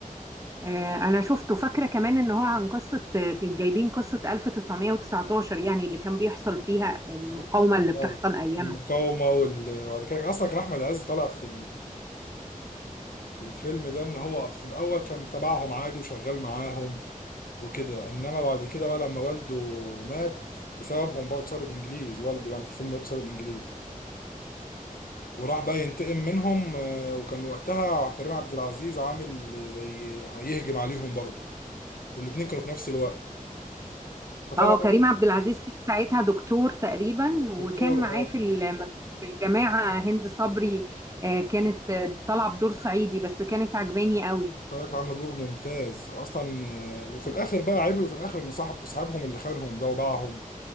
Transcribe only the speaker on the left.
اه
المقاومه وال... وبعد كده اصلا كان احمد عز طالع في الفيلم ده ان هو في الاول كان تبعهم عادي وشغال معاهم وكده انما بعد كده بقى لما والده مات بسببهم برضه بسبب الانجليز والده يعني في الفيلم برضه بسبب الانجليز وراح بقى ينتقم منهم آه، وكان وقتها كريم عبد العزيز عامل زي هيهجم عليهم برضه والاتنين كانوا في نفس الوقت فطبعا
الدكتور
اه
كانت عامله دور ممتاز اصلا آه، وفي الاخر بقى عيب في الاخر ان صاحب صاحبهم اللي خانهم ده وباعهم